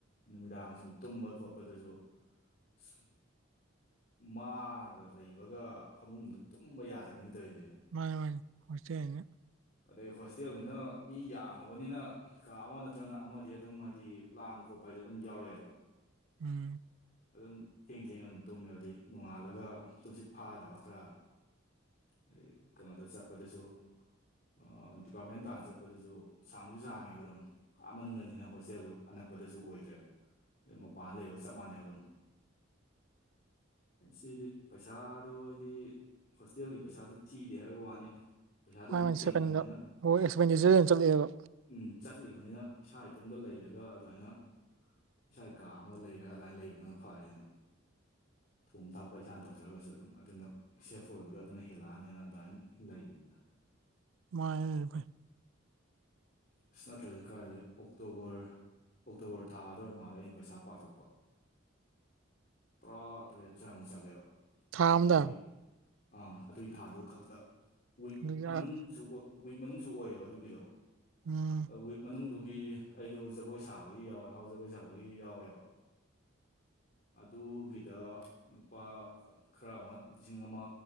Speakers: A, on the left (about 45°); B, on the right (about 75°).
A: ꯅꯨꯃꯤꯗꯥꯡ ꯁꯨꯝ ꯇꯨꯝꯕ ꯈꯣꯠꯄꯗꯁꯨ ꯁꯨꯝ ꯃꯥꯒ ꯂꯩꯕꯒ ꯐꯃꯨꯡꯗꯨ ꯇꯨꯝꯕ ꯌꯥꯗꯕꯤꯅꯤ ꯇꯧꯔꯤꯖꯦ
B: ꯃꯥꯅꯤ ꯃꯥꯅꯤ ꯍꫭꯏꯇꯦꯜ ꯅꯤꯅ
A: ꯑꯗꯩ ꯍꯣꯁꯇꯦꯜꯅꯤꯅ ꯃꯤ ꯌꯥꯝꯃꯥꯕꯅꯤꯅ ꯀꯥ ꯑꯃꯥ ꯅꯠꯇ꯭ꯔꯅ ꯑꯃꯥꯗꯤ ꯑꯗꯨꯝ ꯍꯥꯏꯗꯤ ꯂꯥꯡꯕ ꯈꯣꯠꯄ ꯍꯥꯏꯖꯦ ꯑꯗꯨꯝ ꯌꯥꯎꯔꯛꯑꯦꯕ
B: ꯎꯝ
A: ꯑꯗꯨꯝ ꯊꯦꯡ ꯊꯦꯡꯅ ꯑꯗꯨꯝ ꯇꯨꯝꯃꯦꯕ ꯑꯗꯩ ꯅꯣꯡꯉꯥꯜꯂꯒ ꯇꯨꯝꯁꯤꯠ ꯐꯥꯗꯕ ꯈꯔ ꯑꯗꯩ ꯀꯩꯅꯣꯗ ꯆꯠꯄꯗꯁꯨ ꯑ ꯥꯗꯤꯄꯥꯔꯠꯃꯦꯟ ꯇꯥꯟꯅ ꯆꯠ ꯆꯠꯄꯗꯁꯨ ꯁꯥꯡꯖꯨ ꯁꯥꯡꯉꯦꯕ ꯑꯗꯨꯝ ꯑꯥ ꯃꯅꯨꯡꯗꯅꯤꯅ ꯍꯣꯁꯇꯦꯜꯗꯨ ꯑꯅꯛꯄꯗꯁꯨ ꯑꯣꯏꯗ꯭ꯔꯦ ꯑꯗꯨꯝ ꯃꯄꯥꯟ ꯂꯩꯕꯒ ꯆꯞ ꯃꯥꯟꯅꯩꯕ ꯑꯗꯨꯝ ꯁꯤꯗꯤ ꯄꯩꯁꯥ ꯑꯗꯨꯑꯣꯏꯗꯤ ꯍꯣꯁꯇꯦꯜꯒꯤ ꯄꯩꯁꯥꯗꯨ ꯊꯤꯗꯦ ꯍꯥꯏꯕ ꯋꯥꯅꯤ꯫ ꯄꯩꯁꯥꯗꯨ
B: ꯃꯥꯅꯤ
A: ꯑꯗꯨꯝ
B: ꯃꯥꯅꯤ
A: ꯇꯤꯡꯉꯤꯕꯅꯤꯅ
B: ꯁꯦꯀꯟꯗ ꯑꯦꯛꯁꯄꯦꯟꯗꯤꯆꯥꯔ ꯌꯥꯝ ꯆꯠꯂꯦꯕ꯫
A: ꯎꯝ ꯆꯠꯂꯤꯕꯅꯤꯅ ꯏꯁꯥ ꯏꯇꯣꯝꯇ ꯂꯩꯔꯒ ꯑꯗꯨꯃꯥꯏꯅ꯫ ꯏꯁꯥꯒꯤ ꯀꯥ ꯑꯃꯒ ꯂꯩꯔꯒ ꯑꯗꯨꯃꯥꯏꯅ ꯂꯩꯕꯗꯨꯅ ꯐꯔꯦꯅ꯫ ꯊꯣꯡ ꯊꯥꯛꯄ ꯏꯁꯥꯅ ꯇꯧꯖꯔꯒꯁꯨ ꯑꯗꯨꯝ꯫ ꯑꯗꯨꯅ ꯁꯦꯐ ꯑꯣꯏꯕꯗꯣ ꯑꯗꯨꯅ ꯍꯦꯜꯂꯛꯑꯅꯤꯅ ꯑꯗꯨꯃꯥꯏꯅ ꯂꯩꯈꯤꯕꯅꯤꯅ꯫
B: ꯃꯥꯥꯏ ꯐꯩ
A: ꯏꯁ ꯅꯇ꯭ꯔꯗꯤ ꯀꯥꯏꯗꯤ ꯑꯣꯛꯇꯣꯕꯔ꯫ ꯑꯣꯛꯇꯣꯕꯔ ꯊꯥ ꯗ ꯑꯣꯏꯔ ꯃꯥꯜꯂꯦ ꯑꯩꯅ ꯄꯩꯁꯥ ꯄꯥꯊꯣꯛꯄ꯫ ꯇꯔꯥꯇꯔꯦꯠ ꯁ꯭ꯋꯥꯏꯃꯨꯛ ꯆꯠꯂꯦꯕ
B: ꯊꯥ
A: ꯀꯩꯅꯣꯒꯤ꯫
B: ꯑꯝꯗ
A: ꯑꯥ ꯑꯗꯨꯒꯤ ꯊꯥꯗꯨ ꯈꯛꯇ ꯋꯤꯛ
B: ꯑꯗꯨꯗꯤ ꯑꯥ
A: ꯃꯅꯨꯡꯁꯨ ꯋꯤꯛ ꯃꯅꯨꯡꯁꯨ ꯑꯣꯏꯌꯦꯕ ꯑꯗꯨꯒꯤꯗꯣ꯫
B: ꯎꯝ꯫
A: ꯋꯤꯛ ꯃꯅꯨꯡꯗꯨꯒꯤ ꯑꯩꯗꯨ ꯖꯒꯣꯏ ꯁꯥꯕꯒꯤ ꯌꯥꯎꯋꯦ ꯍꯥꯎ ꯖꯒꯣꯏ ꯁꯥꯕꯒꯤ ꯌꯥꯎꯋꯦꯕ꯫ ꯑꯗꯨꯒꯤꯗ ꯂꯨꯄꯥ ꯈꯔ ꯑꯃ ꯂꯤꯁꯤꯡ ꯑꯃ꯫